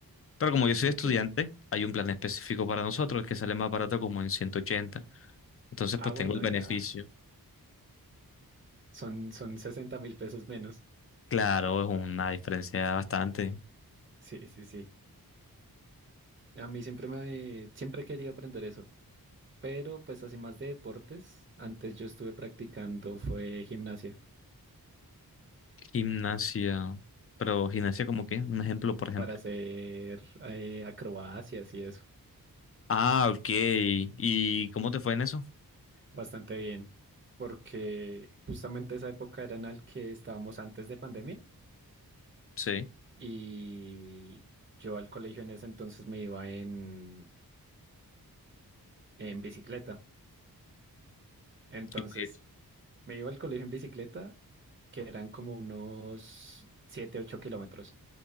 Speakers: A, on the left (about 40°); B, on the right (about 30°).
A: Pero como yo soy
B: <laughs>
A: estudiante,
B: ok.
A: hay un plan específico para nosotros que sale más barato como en ciento ochenta Entonces,
B: Ah,
A: pues
B: bueno,
A: tengo el beneficio.
B: ya son, son sesenta mil pesos menos.
A: Claro, es una diferencia bastante.
B: Sí, sí, sí. A mí siempre me, siempre he querido aprender eso. Pero pues así más de deportes, antes yo estuve practicando fue gimnasia
A: Gimnasia. Pero gimnasia, como qué Un ejemplo, por ejemplo.
B: para hacer eh, acrobacias y eso.
A: Ah, ok. ¿Y cómo te fue en eso?
B: Bastante bien. Porque justamente esa época era en la que estábamos antes de pandemia.
A: Sí.
B: y yo al colegio en ese entonces me iba en, en bicicleta. Entonces
A: Y pues,
B: me iba al colegio en bicicleta, que eran como unos 7 8 kilómetros.